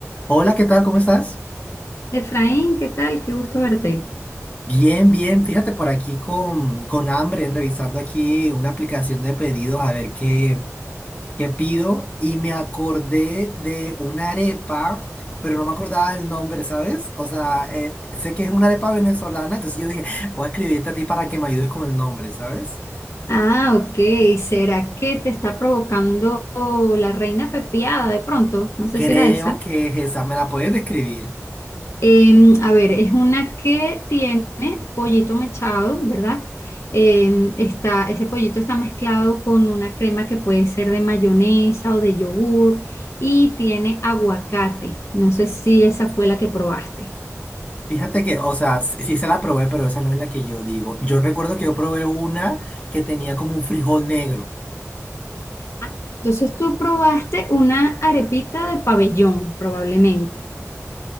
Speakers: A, on the left (about 25°); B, on the left (about 60°).
A: Hola, ¿qué tal? ¿Cómo estás?
B: Efraín, ¿qué tal? Qué gusto verte.
A: Bien, bien. Fíjate por aquí con, con hambre, revisando aquí una aplicación de pedidos a ver qué, qué pido. Y me acordé de una arepa, pero no me acordaba el nombre, ¿sabes? O sea, eh, sé que es una arepa venezolana, entonces yo dije, <laughs> voy a escribirte a ti para que me ayudes con el nombre, ¿sabes?
B: Ah, ok. ¿Será que te está provocando la reina pepiada de pronto? No sé
A: Creo
B: si era esa.
A: que es esa. ¿Me la puedes describir?
B: Em, a ver, es una que tiene pollito mechado, ¿verdad? Em, está, ese pollito está mezclado con una crema que puede ser de mayonesa o de yogur y tiene aguacate. No sé si esa fue la que probaste.
A: Fíjate que, o sea, sí sí se la probé, pero esa no es la que yo digo. Yo recuerdo que yo probé una que tenía como un frijol negro.
B: Ah, entonces tú probaste una arepita de pabellón, probablemente.